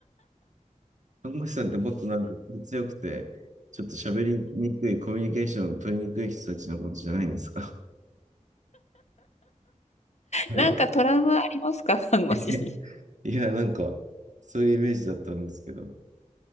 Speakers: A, on the right; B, on the left.
A: 看護師さんってもっとなんか気強くて、ちょっと喋りにくい、コミュニケーション取りにくい人たちのことじゃないんですか <laughs>
B: なんかトラウマありますか看護師に。
A: え、いや、なんか、そういうイメージだったんですけど、